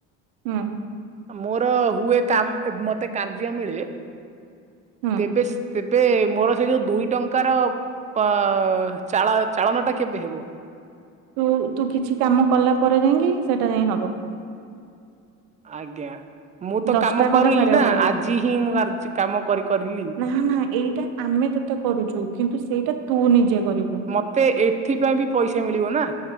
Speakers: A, on the right (about 75°); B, on the right (about 20°).
A: ହୁଁ।
B: ମୋର ହୁଏ କାମ୍ ମତେ କାର୍ଯ୍ୟ ମିଳେ
A: ହୁଁ
B: ତେବେ ତେବେ ମୋର ସେଇ ଯୋଉ ଦୁଇ ଟଙ୍କାର ପା ଚାଳା ଚାଳନଟା କେବେ ହେବ?
A: ତୁ ତୁ କିଛି କାମ କଲା ପରେ ଯାଇଁକି ସେଟା ଯାଇଁ ହବ।
B: ଆଜ୍ଞା ମୁଁ ତ
A: ଦଶଟା
B: କାମ
A: ଖଣ୍ଡେ
B: କରିଲି
A: ସାରିବାକୁ
B: ନା
A: ପଡିବ
B: ଆଜି ହିଁ ମୁଁ କାର୍ଯ୍ୟ କାମ କରି କରିଲି।
A: ହାଁ ହାଁ ଏଇଟା ଆମେ ତତେ କରୁଛୁ କିନ୍ତୁ ସେଇଟା ତୁ ନିଜେ କରିବୁ।
B: ମତେ ଏଥିପାଇଁ ବି ପଇସା ମିଳିବ ନା?